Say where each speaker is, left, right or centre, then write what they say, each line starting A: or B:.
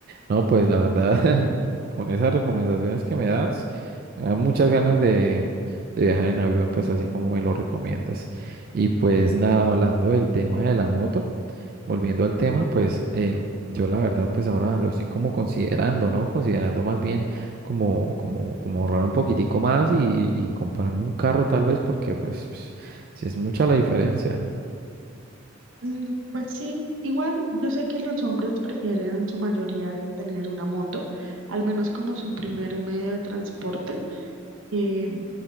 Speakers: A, on the right; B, on the right.
A: no, pues la verdad, <laughs> con esas recomendaciones que me das, me dan muchas ganas de, de viajar en avión, pues así como me lo recomiendas. Y pues nada, hablando del tema de la moto, volviendo al tema, pues eh, yo la verdad, pues ahora lo estoy como considerando, ¿no? Considerando más bien como, como, como ahorrar un poquitico más y, y comprarme un carro tal vez, porque pues, pues, sí es mucha la diferencia.
B: Mm, Pues sí, igual yo sé que los hombres prefieren en su mayoría tener una moto, al menos como su primer medio de transporte. eh,